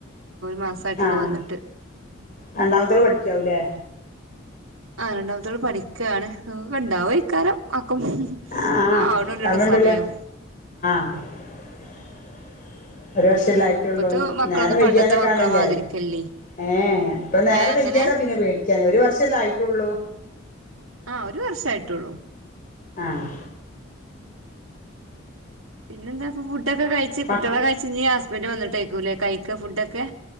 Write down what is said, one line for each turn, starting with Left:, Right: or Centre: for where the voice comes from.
Right: മാസായിട്ടുള്ളൂ
Left: ആഹ്
Right: വന്നിട്ട്
Left: രണ്ടാമത്തോളെ പഠിക്കാവൂല്ലേ
Right: ആഹ് രണ്ടാമത്തോള് പഠിക്കുകയാണ് ഉണ്ടാവോക്കാരം ആക്കും
Left: ആ
Right: ആവണല്ലള്ളൂ
Left: ഓർമ്മണ്ടല്ലേ
Right: സമയം
Left: <inaudible> ഒരു വർഷല്ലേ ആയിട്ടുള്ളൂ
Right: ഇപ്പത്തെ മക്കളൊന്നും
Left: നേരെ വൈകാലേ
Right: പണ്ടത്തെ
Left: കാണില്ലേ
Right: മക്കളെ മാതിരിക്കല്ലേ
Left: ഏ ഇപ്പ നേരം
Right: ഏ അങ്ങനെ
Left: വൈക്യാലേ പിന്നെ പേടിക്കാനെ ഒരു വർഷല്ലേ ആയിട്ടുള്ളൂ
Right: ആഹ് ഒരു വർഷായിട്ടുള്ളൂ
Left: ആഹ്
Right: പിന്നെ എന്താ ഫുഡൊക്കെ കഴിച്ച്
Left: മക്
Right: കുട്ടികളെ കഴിച്ച് ഇനി ഹസ്ബൻന്റ് വന്നിട്ടേക്കൂല്ലേ കഴിക്ക ഫുഡൊക്കെ.